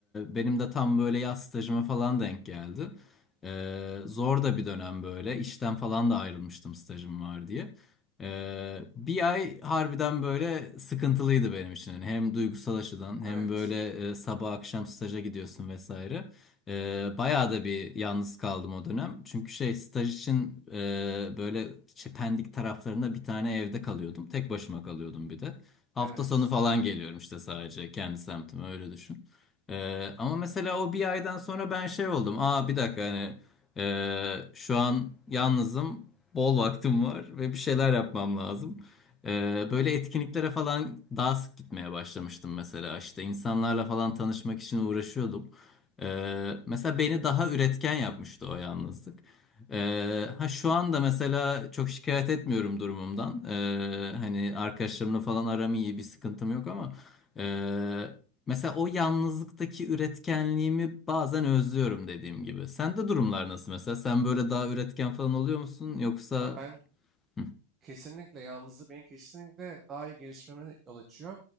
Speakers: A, on the left; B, on the right.
A: benim de tam böyle yaz stajıma falan denk geldi. E, zor da bir dönem böyle. İşten falan da ayrılmıştım stajım var diye. Ee, bir ay harbiden böyle sıkıntılıydı benim için. Yani hem duygusal açıdan
B: Evet.
A: hem böyle e, sabah akşam staja gidiyorsun vesaire. Ee, bayağı da bir yalnız kaldım o dönem. Çünkü şey staj için e, böyle işte Pendik taraflarında bir tane evde kalıyordum. Tek başıma kalıyordum bir de. Hafta
B: Evet.
A: sonu falan geliyorum işte sadece kendi semtime öyle düşün. Ee, ama mesela o bir aydan sonra ben şey oldum. Aa bir dakika hani e, şu an yalnızım bol vaktim var ve bir şeyler yapmam lazım. Ee, böyle etkinliklere falan daha sık gitmeye başlamıştım mesela. İşte insanlarla falan tanışmak için uğraşıyordum. Ee, mesela beni daha üretken yapmıştı o yalnızlık. Ee, ha şu anda mesela çok şikayet etmiyorum durumumdan. Ee, hani arkadaşlarımla falan aram iyi, bir sıkıntım yok ama. e, Mesela o yalnızlıktaki üretkenliğimi bazen özlüyorum dediğim gibi. Sende durumlar nasıl mesela? Sen böyle daha üretken falan oluyor musun? Yoksa
B: Ama ben
A: Hı,
B: Kesinlikle yalnızlık benim kesinlikle daha iyi gelişmeme yol açıyor.